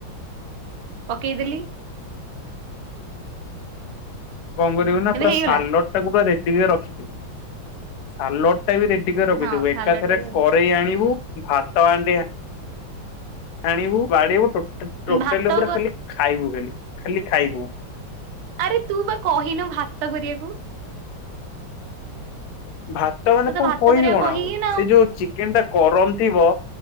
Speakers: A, on the right (about 80°); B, on the left (about 70°).
A: ପକେଇଦେଲି।
B: କଣ କରିବୁ ନା
A: ଏବେ
B: ପୁରା
A: ହେଇଗଲା
B: ସାଲଡ ଟାକୁ ପୁରା ରେଡି କି ରଖିଥିବୁ। ସାଲଡ ଟା ବି ରେଡି କରି ରଖିଥିବୁ
A: ହଁ ସାଲଡ
B: ଏକାଥରେ
A: ଟାକୁ
B: କରେଇ ଆଣିବୁ ଭାତ ହାଣ୍ଡି ଆ ଆଣିବୁ ବାଡିବୁ ଟୋଟ ଟା ଟୋଟାଲି
A: ଭାତ
B: ପୁରା ଖାଲି ଖାଇବୁ ଖାଲି ଖାଲି ଖାଇବୁ।
A: ଆରେ ତୁ ବା କହିନୁ ଭାତ କରିବାକୁ
B: ଭାତ ମାନେ
A: ତୁ ତ
B: କଣ
A: ଭାତ
B: କହିବି
A: କରିବାକୁ
B: କଣ
A: କହିକି
B: ଆଉ?
A: ନା
B: ସେ ଯୋଉ ଚି କେନ ଟା ଗରମ ଥିବ